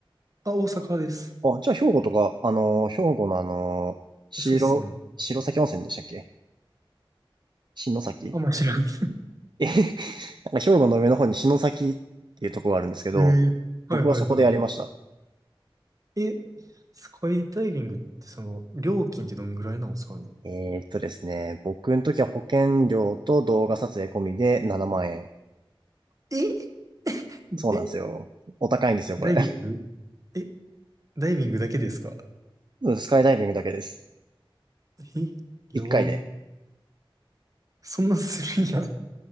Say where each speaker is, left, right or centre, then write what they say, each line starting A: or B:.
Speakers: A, on the right (about 40°); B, on the right (about 55°).
A: あ、大阪です。
B: あ、じゃあ兵庫とか、あの、兵庫のあの、白、
A: そうっすね。
B: 白崎温泉でしたっけ篠崎
A: あんま知らん。
B: え <laughs> なんか兵庫の上の方に篠崎っていうところがあるんですけど、
A: <laughs> ええはいはいは
B: 僕はそこでやりました。
A: い。え、スカイダイビングってその、料金ってどんぐらいなんですかね
B: えーっとですね、僕の時は保険料と動画撮影込みで7万円。
A: ええ、
B: そうなんですよ。お高いんですよ、
A: ダイビング
B: これ。
A: え、ダイビングだけですか
B: <laughs> うんスカイダイビングだけです。
A: え、やば。
B: 1回で。
A: そんなするんや。